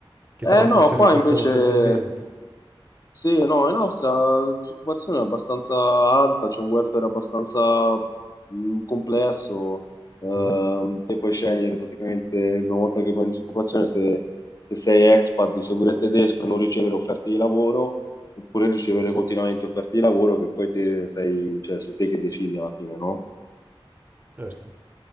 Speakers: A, on the right; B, on the left.
A: che
B: Eh
A: tra l'altro
B: no,
A: si
B: qua
A: è ridotta
B: invece
A: notevolmente.
B: Sì, no, in Austria la disoccupazione è abbastanza alta, c'è un welfare abbastanza mh, complesso, ehm,
A: Mhm,
B: te puoi scegliere praticamente una volta che vai in disoccupazione se, se sei expat di seguire il tedesco e non ricevere offerte di lavoro oppure ricevere
A: mm,
B: continuamente offerte di lavoro che poi te sei, cioè sei te che decidi alla fine, no?
A: Certo.